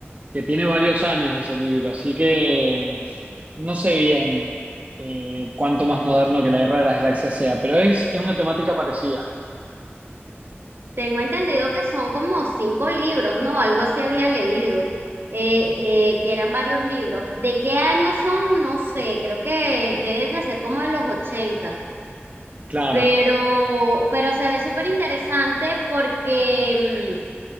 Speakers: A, on the right; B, on the right.
A: que tiene varios años ese libro, así que no sé bien eh, cuánto más moderno que la Guerra de las Galaxias sea, pero es, es una temática parecida,
B: Tengo entendido que son como cinco libros, ¿no? Algo así había leído, eh, eh, que eran varios libros. ¿De qué año son? No sé, creo que deben de ser como de los ochenta
A: claro.
B: pero, pero se ve súper interesante porque... mm,